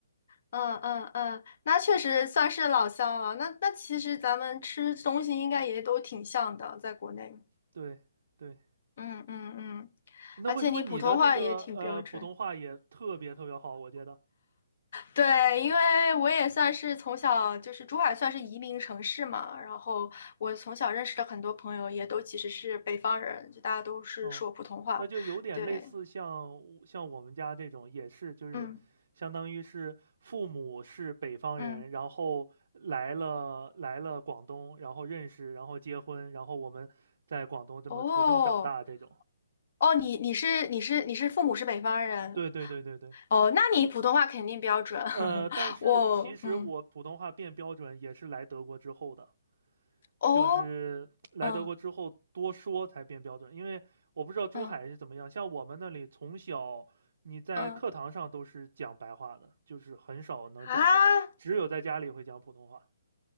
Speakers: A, on the left; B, on the right.
A: 嗯嗯嗯，那确实算是老乡了。那那其实咱们吃东西应该也都挺像的，在国内。
B: 对对，
A: 嗯嗯嗯，
B: 那为什么你的这个呃普通话也特别特别好？
A: 而且你普通话也挺标准。
B: 我觉得
A: 对，因为我也算是从小就是珠海算是移民城市嘛，然后我从小认识的很多朋友也都其实是北方人，就大家都是说普通话。
B: 哦，那就有点类似像像我们家这种，
A: 对，
B: 也是就是相当于是父母是北方人，
A: 嗯嗯，
B: 然后来了来了广东，然后认识，然后结婚，然后我们在广东这么出生长大这种。
A: 哦哦，你你是你是你是父母是北方人。
B: 对对对对对，
A: 哦，那你普通话肯定标准。<laughs>
B: 呃，但是其实我普通话变标准也是来德国之后的。
A: 我，嗯，哦，
B: 就是来德国之后多说才变标准，
A: 嗯
B: 因为我不知道珠海是怎么样，
A: 嗯
B: 像我们那里从小你在课堂上都是讲白话的，
A: 嗯，
B: 就是很少能讲普通，
A: 啊，
B: 只有在家里会讲普通话，